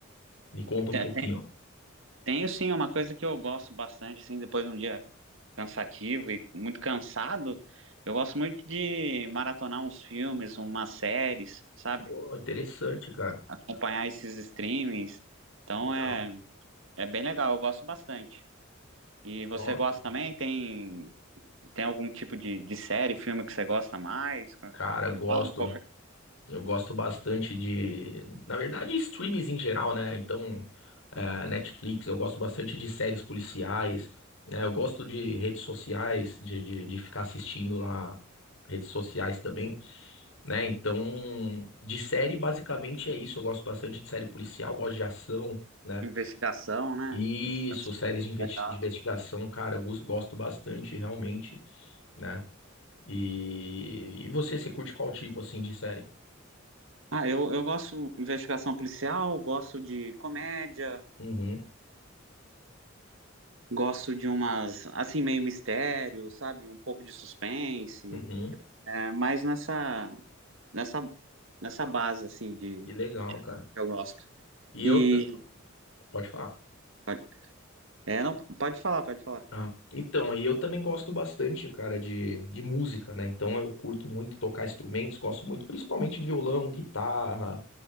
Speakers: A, on the left; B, on the right.
A: Me conta um
B: te-
A: pouquinho.
B: te- tenho sim uma coisa que eu gosto bastante, sim, depois um dia cansativo e muito cansado, eu gosto muito de maratonar uns filmes, umas séries, sabe?
A: Pô, interessante, cara.
B: Acompanhar esses streamings. Então
A: Legal.
B: é, é bem legal, eu gosto bastante. E você
A: Nossa.
B: gosta também? Tem, tem algum tipo de, de série, filme que você gosta mais?
A: Cara, gosto.
B: Me fala um pouco
A: Eu gosto bastante de, na verdade, streams em geral, né? Então, eh, Netflix, eu gosto bastante de séries policiais, né? Eu gosto de redes sociais, de, de, de ficar assistindo lá redes sociais também, né? Então, de série, basicamente é isso. Eu gosto bastante de série policial, gosto de ação, né?
B: de investigação, né?
A: Isso,
B: Investigação.
A: séries de investi-
B: Legal.
A: de investigação, cara, eu gos- gosto bastante, realmente, né? E, e você, você curte qual tipo, assim, de série?
B: Ah, eu, eu gosto de investigação policial, gosto de comédia,
A: Uhum,
B: gosto de umas, assim, meio mistério, sabe? Um pouco de suspense.
A: uhum.
B: É, mais nessa, nessa, nessa base, assim, de
A: Que legal, cara.
B: que eu gosto.
A: E eu.
B: E.
A: t- Pode falar.
B: pode- É, não, pode falar, pode falar.
A: Ah, então, e eu também gosto bastante, cara, de, de música, né? Então eu curto muito tocar instrumentos, gosto muito, principalmente violão, guitarra,